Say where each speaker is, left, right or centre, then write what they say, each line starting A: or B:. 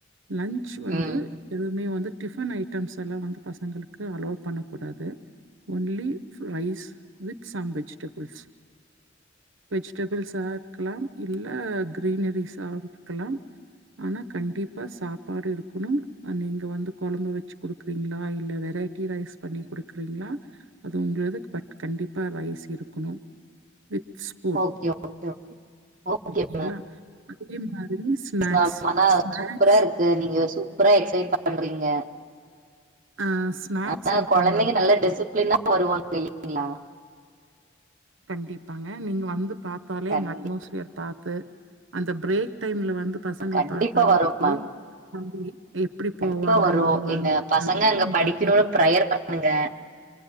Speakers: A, on the right (about 75°); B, on the right (about 40°).
A: லன்ச் வந்து
B: ம்.
A: எதுமே வந்து டிஃபன் ஐட்டம்ஸ் எல்லா வந்து பசங்களுக்கு அலோ பண்ணக்கூடாது only rice with some vegetables வெஜிட பிள்ஸா இருக்கலா இல்ல கிரீனரிஸா இருக்கலா ஆனா கண்டிப்பா சாப்பாடு இருக்கணு ஆ நீங்க வந்து கொழம்பு வச்சு குடு க்றீங்ளா இல்ல வெரைட்டி ரைஸ் பண்ணி குடுக்குறீங்ளா அது உங்களது பட் கண்டிப்பா ரைஸ் இருக்கனு with spoon
B: okay, okay okay
A: ஓகேங்களா?
B: <inaudible>
A: அதே மாதிரி ஸ்நாக்ஸ்
B: னால
A: ஸ்நாக்ஸ்
B: சூப்பரா இருக்கு <unintelligible> நீங்க சூப்பரா எக்ஸைன் பண்றீங்க
A: அ ஸ்நாக்ஸ்
B: அக்கா அந்த
A: ஐட்டம்
B: குழந்தைங்க
A: வந்து
B: நல்லா டிஸ்பிளினா வருவாங்க தெரியுங்களா
A: கண்டிப்பாங்க நீங்க வந்து பாத்தாலே
B: கண்டிப்பா.
A: எங்க அட்மாஸ்பியர் பாத்து அந்த பிரேக் டைம்ல வந்து பசங்களை
B: கண்டிப்பா
A: பாத்தாலே
B: வரும்
A: தெரியு
B: மேம்.
A: <inaudible> எப்டி போவாங்க
B: கண்டிப்பா வரும்.
A: வருவாங்க
B: எங்க பசங்க
A: அ
B: அங்க
A: <inaudible> உங்களுக்கு
B: படிக்கணும்னு ப்ரேயர் பண்ணுங்க.